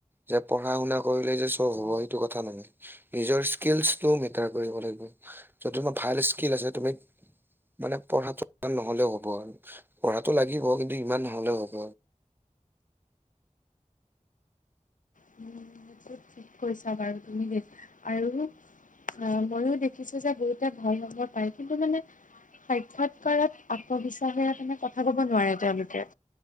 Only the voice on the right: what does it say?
যে পঢ়া - শুনা কৰিলে যে চব হয় টো কথা নহয়, নিজৰ ইছকিলছটো মিটাৰ কৰিব লাগিব। য'ত তোমাৰ ভাল স্কিল আছে তুমি মানে পঢ়াটো ইমান নহ'লেও হ'ব, পঢ়াটো লাগিব কিন্তু ইমান নহ'লেও হ'ব।